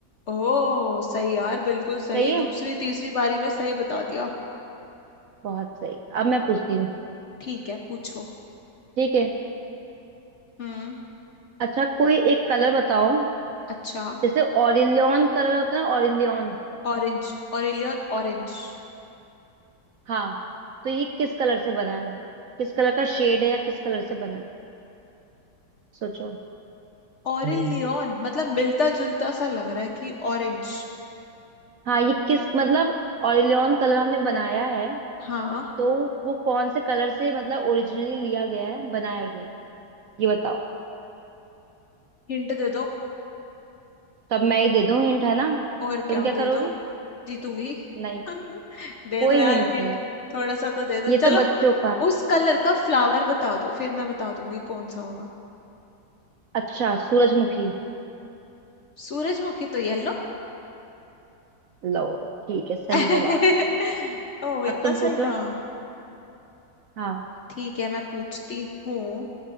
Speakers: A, on the left (about 55°); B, on the right (about 65°).
A: ओह सही यार बिल्कुल सही
B: सही है
A: दूसरी तीसरी बारी में सही बता दिया
B: बहुत सही अब मैं पूछती हूँ
A: ठीक है पूछो
B: ठीक है
A: हम्म
B: अच्छा कोई एक कलर बताओ
A: अच्छा
B: जैसे ऑरिलियन कलर होता है ऑरिलियन
A: ऑरेंज ऑरिलियन ऑरेंज
B: हाँ तो ये किस कलर से बना है किस कलर का शेड है या किस कलर से बना है सोचो
A: ऑरिल
B: हम्म।
A: लियोन मतलब मिलता जुलता सा लग रहा है कि ऑरेंज
B: हाँ ये किस मतलब ऑरिलियन कलर हमने बनाया है
A: हाँ
B: तो वो कौन से कलर से मतलब ओरिजिनली लिया गया है बनाया गया है ये बताओ
A: हिंट दे दो
B: तब मैं ही दे दूँ हिंट है ना
A: और
B: तुम
A: क्या
B: क्या
A: दे
B: करोगे
A: दो जीतूंगी
B: नहीं
A: <laughs> दे
B: कोई
A: दो यार
B: हिंट
A: हिंट
B: नहीं
A: थोड़ा सा तो दे दो
B: ये
A: चलो
B: तो बच्चों का
A: उस कलर का फ्लावर बता दो फिर मैं बता दूंगी कौन सा होगा
B: अच्छा सूरजमुखी
A: सूरजमुखी तो येलो
B: लो ठीक है सही
A: <laughs>
B: जवाब
A: ओ इतना
B: अब तुम पूछो
A: सही था
B: हाँ
A: ठीक है मैं पूछती हूँ